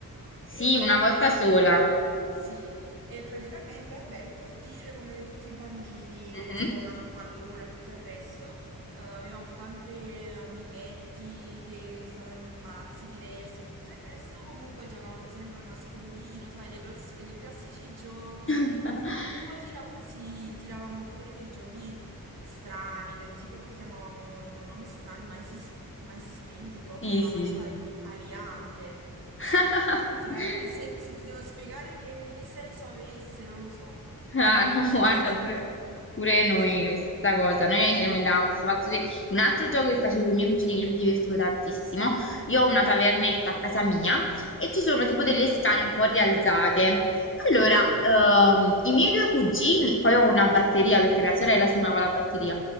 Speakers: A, on the left (about 35°); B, on the right (about 80°).
A: Sì,
B: Praticamente,
A: una volta sola.
B: sì, e praticamente, vabbè, il cortile come tutti i bambini
A: Mhm.
B: che giocano a pallone e tutto il resto, eh, avevamo tante amichetti che stavano in palazzi diversi e tutto il resto, comunque giocavamo sempre a nascondino, sai, le grossi- i classici giochi
A: <laughs>
B: e poi tira- si tiravamo fuori dei giochi strani, del tipo che chiamavamo con nomi strani, ma, esist- ma esistenti proprio
A: Sì,
B: sulla
A: sì,
B: faccia
A: sì.
B: aliante.
A: <laughs>
B: Pratica- E se, se ti devo spiegare che, che senso avesse, non lo so.
A: Ah, no,
B: Non
A: <laughs> guarda,
B: te lo so spiegare.
A: pure, pure
B: <laughs>
A: noi, stessa cosa. Noi ci lamentavamo questo fatto di... Un altro gioco che facevo con i miei cugini che mi divertivo tantissimo. Io ho una tavernetta a casa mia e ci sono tipo delle scale un po' rialzate. Allora, ehm, i miei due cugini, poi ho una batteria perché mia sorella suonava la batteria.